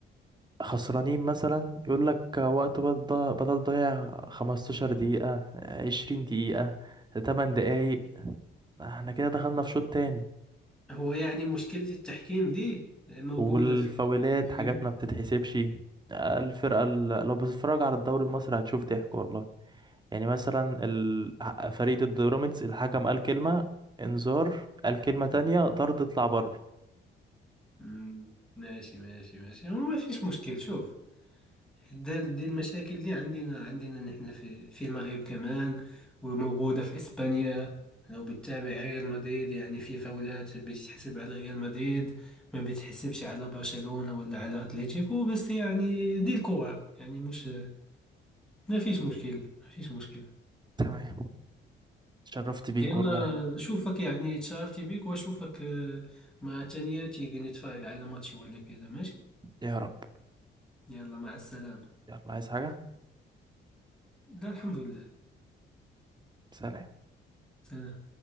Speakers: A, on the right; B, in the centre.
A: خسرانين مثلا يقول لك وقت بدل بدل ضيع 15 دقيقة آه، 20 دقيقة 8 دقايق احنا كده دخلنا في شوط تاني
B: هو يعني مشكلة التحكيم دي موجودة
A: والفاولات
B: في في
A: حاجات
B: جميع
A: ما بتتحسبش آه، الفرقة ال... لو بتتفرج على الدوري المصري هتشوف ضحك والله يعني مثلا ال... فريق ضد بيراميدز الحكم قال كلمة انذار قال كلمة تانية طرد اطلع بره
B: مم، ماشي ماشي ماشي هو ما فيش مشكل شوف ده دي المشاكل دي عندنا عندنا نحن في في المغرب كمان وموجودة في إسبانيا لو بتتابع ريال مدريد يعني في فاولات بتحسب على ريال مدريد ما بتحسبش على برشلونة ولا على أتلتيكو بس يعني دي الكورة يعني مش ما فيش مشكل ما فيش مشكل
A: تمام اتشرفت بيك
B: يلا
A: والله
B: أشوفك يعني تشرفت بيك وأشوفك آه، مع تانياتي نتفرج على ماتشي ولا كذا ماشي
A: يا رب
B: يلا مع السلامة
A: يلا عايز حاجة
B: لا الحمد لله
A: سلام
B: سلام